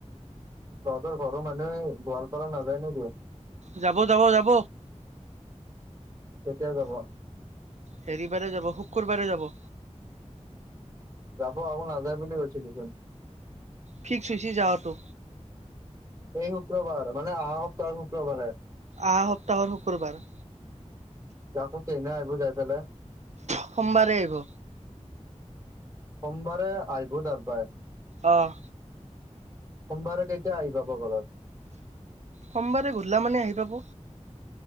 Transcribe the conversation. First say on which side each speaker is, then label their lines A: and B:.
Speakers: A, on the right; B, on the right.
A: তহঁতৰ ঘৰৰ মানুহে গোৱালপাৰা নাযায় নেকি?
B: যাব-যাব-যাব।
A: কেতিয়া যাব?
B: হেৰিবাৰে যাব শুকুৰবাৰে যাব।
A: যাব আক নাযায় বুলি কৈছে দেখোন।
B: ফিক্স হৈছি যাৱাটো।
A: এই শুক্ৰবাৰ মানে আহা সপ্তাহৰ শুক্ৰবাৰে।
B: আহা সপ্তাহৰ শুক্ৰবাৰ।
A: তে আকো কেহিনা আহিব যাই ফেলে?
B: সোমবাৰে আহিব।
A: সোমবাৰে আহিব তাৰ পাই।
B: অহ।
A: সোমবাৰে কেতিয়া আহি পাব ঘৰত?
B: সোমবাৰে গধুলা মানে আহি পাব।